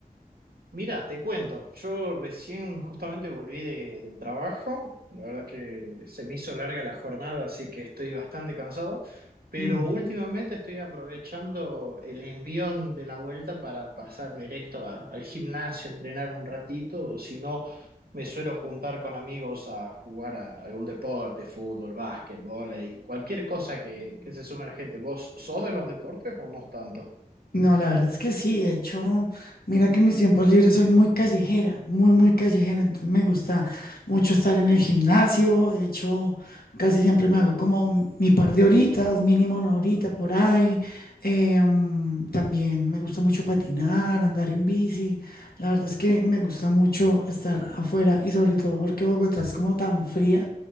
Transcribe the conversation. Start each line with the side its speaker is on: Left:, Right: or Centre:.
Right: Mira, te cuento, yo recién justamente volví de- del trabajo, la verdad que se me hizo larga la jornada, así que estoy bastante cansado, pero
Left: Mm.
Right: últimamente estoy aprovechando el envión de la vuelta para pasar directo a- al gimnasio, entrenar un ratito, o si no, me suelo juntar con amigos a jugar a algún deporte, fútbol, básquet, vóley, cualquier cosa que, que se sume a la gente. ¿Vos sos de los deportes o no tanto?
Left: No, la verdad es que sí, de hecho, mira que en mis tiempos libres soy muy callejera, muy, muy callejera, entonces me gusta mucho estar en el gimnasio, de hecho, casi siempre me hago como un- mi par de horitas, mínimo una horita por ahí, Eh, mm, también me gusta mucho patinar, andar en bici, la verdad es que me gusta mucho estar afuera y sobre todo porque Bogotá es como tan fría